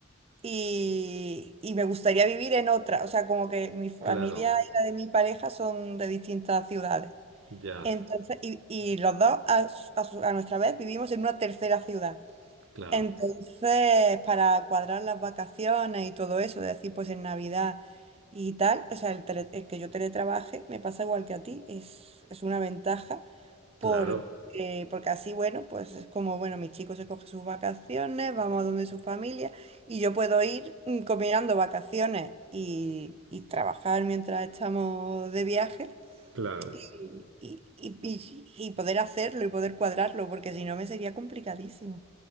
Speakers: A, on the right; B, on the right.
A: y, y me gustaría vivir en otra. O sea, como que mi familia
B: Claro,
A: y la de mi pareja son de distintas ciudades.
B: ya,
A: Entonces, y, y los dos a, su- a su- a nuestra vez vivimos en una tercera ciudad.
B: claro,
A: Entonces, para cuadrar las vacaciones y todo eso, de decir, pues en Navidad y tal, o sea, el, tele- el que yo teletrabaje me pasa igual que a ti, es, es una ventaja porque,
B: claro,
A: porque así, bueno, pues es como, bueno, mi chico se coge sus vacaciones, vamos a donde su familia y yo puedo ir mm, combinando vacaciones y, y trabajar mientras estamos de viaje
B: claro.
A: y, y, y, y y poder hacerlo y poder cuadrarlo, porque si no me sería complicadísimo.